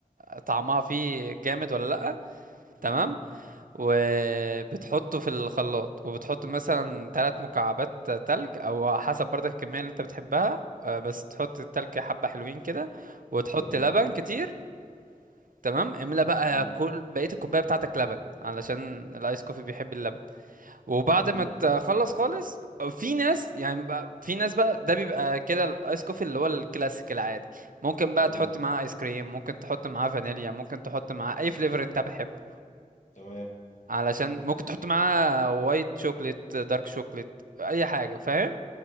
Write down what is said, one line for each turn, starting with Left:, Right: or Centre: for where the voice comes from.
Right: طعمها فيه جامد ولا لأ
Left: امم
Right: تمام وبتحطه في الخلاط وبتحط مثلا ثلاث مكعبات تلج او حسب برضك الكمية اللي انت بتحبها آه، بس تحط التلج حبة حلوين كده وتحط
Left: تمام
Right: لبن كتير تمام املى بقى
Left: امم
Right: كل بقية الكوباية بتاعتك لبن علشان الايس كوفي بيحب اللبن وبعد
Left: امم
Right: ما تخلص خالص في ناس يعني بقى في ناس بقى ده بيبقى كده الايس كوفي اللي هو الكلاسيك العادي ممكن بقى
Left: امم
Right: تحط معاه ايس كريم ممكن تحط معاه فانيليا ممكن تحط معاه اي فليفر انت بتحبه
Left: تمام
Right: علشان ممكن تحط معاه وايت شوكليت دارك شوكليت اي حاجه فاهم